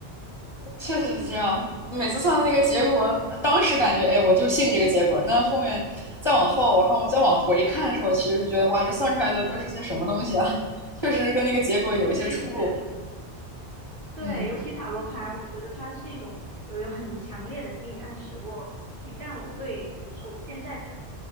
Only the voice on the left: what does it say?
<laughs> 确实是这样。每次算的那个结果，当时感觉哎，我就信这个结果。那后面再往后，然后再往回看的时候，其实就觉得哇，这算出来的都是些什么东西啊？
<laughs> 确实跟那个结果有一些出入。
嗯。